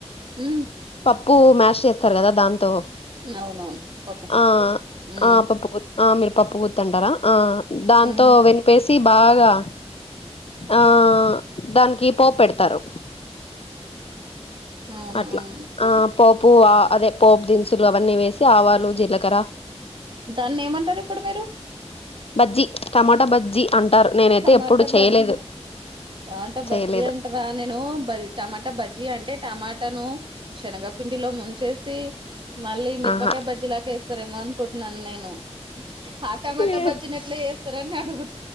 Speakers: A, on the right; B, on the left.
A: ఉ
B: పప్పు మ్యాష్ చేస్తారు కదా దాంతో
A: అవునవును పప్పు గుత్తితో
B: ఆ
A: ఉమ్
B: ఆ పప్పు ఆ మీరు పప్పు గుతంటారా ఆ దాంతో
A: ఉమ్
B: వినిపేసి బాగా ఆ దానికి పోప్ పెడతారు
A: అవునువును
B: అట్లా ఆ పోపు అదే పోపు దినుసులు అవన్నీ వేసి ఆవాలు జీలకర
A: దాన్ని ఏమంటారు ఇప్పుడు మీరు
B: బజ్జి టమాటా బజ్జి అంటారు నేనైతే
A: టమాటా
B: ఎప్పుడు చేయలేదు
A: బజ్జీ టమాటా
B: చేయలేదు
A: బజ్జీ అంటార నేను బజ్జి టమాటా బజ్జీ అంటే టమా టను శనగపిండిలో ముంచేసి మళ్ళీ మిరపకాయ
B: ఆహా
A: బజ్జీ లాక వేస్తారేమో అనుకుంటున్నాను నేను ఆ టమాటా
B: లేదు
A: బజ్జీని ఎట్లా వేస్తా <unintelligible>